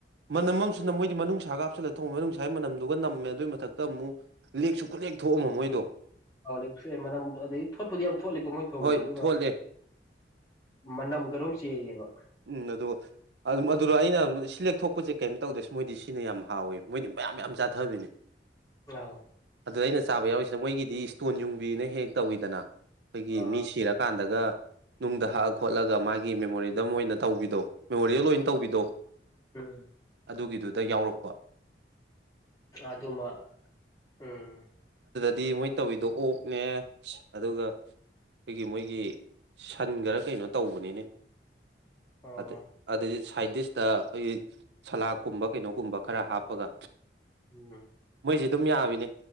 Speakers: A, on the right (about 70°); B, on the left (about 20°).
A: ꯃꯅꯝ ꯑꯃꯁꯨꯅ ꯃꯣꯏꯗꯤ ꯃꯅꯨꯡꯅꯨꯡꯁꯥꯒ ꯍꯥꯞꯆꯜꯂꯦ ꯊꯣꯡ ꯃꯅꯨꯡꯁꯥꯒꯤ ꯃꯅꯝꯗꯨꯒ ꯅꯝꯃꯦ ꯑꯗꯨꯏ ꯃꯊꯛꯇ ꯑꯃꯨꯛ ꯂꯦꯛꯁꯨ ꯈꯨꯠꯂꯦꯛ ꯊꯣꯛꯑꯝꯃ ꯃꯣꯏꯗꯣ
B: ꯍꯥꯎ ꯂꯦꯛꯁ‌ꯦ ꯃꯅꯝ ꯑꯗꯒꯤ ꯊꯣꯠꯄꯨꯗꯤ ꯌꯥꯝ ꯊꯣꯠꯂꯤꯀꯣ ꯃꯣꯏ ꯊꯣꯡꯉꯅꯤ
A: ꯍꯣꯏ
B: ꯑꯗꯨꯒ
A: ꯊꯣꯛꯂꯦ
B: ꯃꯅꯝ ꯀꯔꯨꯝ ꯆꯦꯜꯂꯦꯕ
A: ꯎꯝ ꯑꯗꯣ ꯑꯗꯨꯝ ꯑꯗꯨꯗꯣ ꯑꯩꯅ ꯁꯤꯂꯦꯛ ꯊꯣꯛꯄꯁꯦ ꯀꯩꯝꯇ ꯇꯧꯗ꯭ꯔ‌ ꯃꯣꯏꯗꯤ ꯁꯤꯅ ꯌꯥꯝ ꯍꯥꯎꯋꯦ ꯃꯣꯏꯗꯤ ꯃꯌꯥꯝ ꯃꯌꯥꯝ ꯆꯥꯊꯕꯤꯅꯤ
B: ꯑꯥꯎ
A: ꯑꯗꯨ ꯑꯩꯅ ꯆꯥꯕ ꯌꯥꯎꯔꯤꯁꯤꯅ ꯃꯣꯏꯒꯤꯗꯤ ꯏꯁꯇꯣꯟ ꯌꯨꯡꯕꯤꯅ ꯍ‌ꯦꯍꯦꯛ ꯇꯧꯋꯤꯗꯅ ꯑꯩꯈꯣꯏꯒꯤ
B: ꯑꯥ
A: ꯃꯤ ꯁꯤꯔꯀꯥꯟꯗꯒ ꯅꯨꯡꯗ
B: ꯎꯝ
A: ꯍꯛꯑ ꯈꯣꯠꯂꯒ ꯃꯥꯒꯤ ꯃꯦꯃꯣꯔ‌ꯦꯟ ꯗꯝ ꯑꯣꯏꯅ ꯇꯧꯕꯤꯗꯣ ꯃꯦꯃꯣꯔꯤꯌꯦꯜ ꯑꯣꯏꯅ ꯇꯧꯕꯤꯗꯣ
B: ꯎꯝ
A: ꯑꯗꯨꯒꯤꯗꯨ ꯗ ꯌꯥꯎꯔꯛꯄ
B: ꯑꯗꯨꯃ ꯎꯝ
A: ꯗꯤ ꯃꯣꯏ ꯇꯧꯋꯤꯗꯣ ꯑꯣꯛꯅꯦ ꯑꯁ ꯑꯗꯨꯒ ꯑꯩꯈꯣꯏꯒꯤ ꯃꯣꯏꯒꯤ ꯁꯟ ꯈꯔ ꯀꯩꯅꯣ ꯇꯧꯕꯅꯤꯅꯦ
B: ꯑꯣ
A: ꯑꯗꯨ ꯑꯗꯨꯏ ꯁꯥꯏꯠ ꯗꯤꯁꯇ ꯑꯩꯈꯣꯏꯒꯤ ꯁꯂꯥꯗꯀꯨꯝꯕ ꯀꯩꯅꯣꯒꯨꯝꯕ ꯈꯔ ꯍꯥꯞꯄꯒ
B: ꯎꯝ
A: ꯑꯩꯈꯣꯏꯁꯦ ꯑꯗꯨꯝ ꯌꯥꯕꯤꯅꯦ